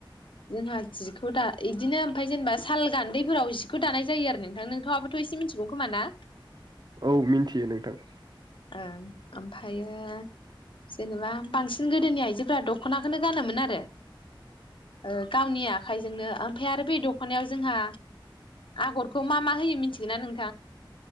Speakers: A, on the left; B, on the right.
A: जोंहा जिखौ दा बिदिनो ओमफ्राय जेनेबा साल गान्दैफोराव जिखौ दानाय जायो आरोना नोंथांआबोथ' एसे मिथिगौ खोमा ना?
B: औ मिन्थियो नोंथां।
A: ओं ओमफ्रायायो जेनेबा बांसिन गो गोदोनि आइजोफोरा दख'नाखौनो गानोमोन आरो ओ गावनिया आखाइजोंनो ओमफ्राय आरो बे दख'नायाव जोंहा आगरखौ मा मा होयो मिथि <unintelligible>